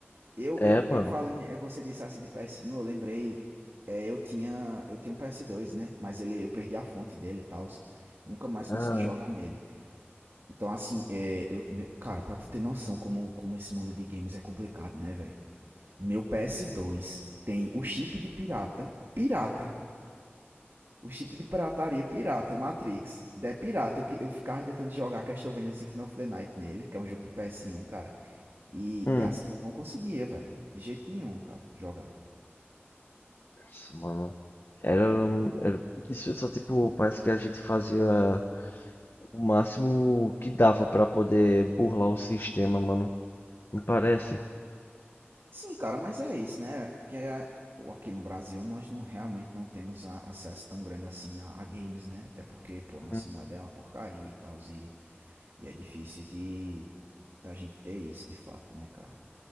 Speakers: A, on the right; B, on the left.
A: Eu,
B: É,
A: eu,
B: mano.
A: eu falando, em- eh, você disse assim de PS1, eu lembrei, é, eu tinha, eu tenho um PS2, né? Mas ele, eu perdi a fonte dele e tal, nunca mais
B: Ah.
A: consegui jogar nele. Então assim, é, eu, meu- cara, pra tu ter noção como, como esse mundo de games é complicado, né, velho? Meu PS2 tem o chip de pirata, pirata, o chip de pirataria é pirata, o Matrix, é pirata. Eu, que- eu ficava tentando jogar Castlevania Symphony of the Night nele, que é um jogo de PS1, cara. E,
B: Hum.
A: e assim, eu não conseguia, velho, de jeito nenhum, cara, jogar.
B: Nossa, mano. Era, era. Isso só, tipo, parece que a gente fazia o máximo que dava pra poder burlar o sistema, mano. Não parece?
A: Sim, cara, mas é isso, né? Porque é- o- aqui no Brasil nós não realmente não temos a- acesso tão grande assim a, a games, né? Até porque, pô, nossa
B: Uhum.
A: moeda é uma porcaria e tal, e, e é difícil de da gente ter isso de fato, né, cara?